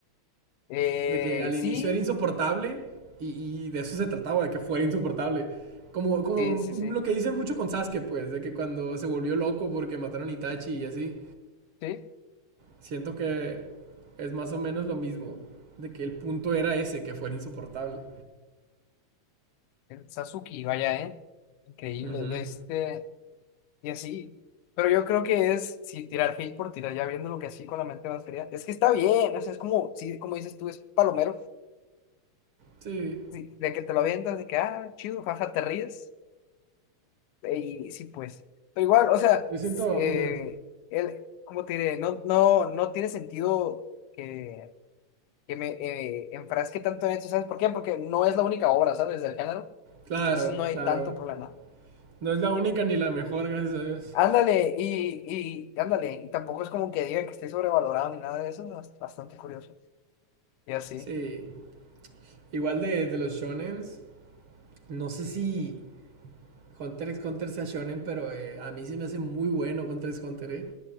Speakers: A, on the left; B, on the right.
A: Eh,
B: de que al
A: sí,
B: inicio era insoportable y, y de eso se trataba, de que fuera insoportable. Como, como
A: sí, sí, sí.
B: lo que dicen mucho con Sasuke, pues, de que cuando se volvió loco porque mataron a Itachi y así,
A: Sí,
B: siento que es más o menos lo mismo, de que el punto era ese, que fuera insoportable.
A: el Sasuke, vaya, ¿eh? Increíble.
B: Ujú.
A: De este. Y así. Pero yo creo que es, si tirar hate por tirar, ya viendo lo que así con la mente más fría, es que está bien, o sea, es como, sí, como dices tú, es palomero,
B: Sí,
A: sí, de que te lo avientas, de que, ah, chido, jaja, te ríes, eh, y sí, pues. Pero igual, o sea,
B: yo siento,
A: s- eh,
B: ujú,
A: él, cómo te diré, no, no, no tiene sentido que, que me eh, enfrasque tanto en eso, ¿sabes por qué? Porque no es la única obra, ¿sabes? Del género,
B: claro,
A: entonces no hay
B: claro.
A: tanto problema.
B: No es la única ni la mejor, gracias a Dios.
A: Ándale, y, y ándale, y tampoco es como que diga que esté sobrevalorado ni nada de eso, ¿no? es bastante curioso. Y así,
B: Sí, igual de, de los shonens, no sé si Hunter x Hunter sea shonen, pero eh, a mí se me hace muy bueno Hunter x Hunter, eh,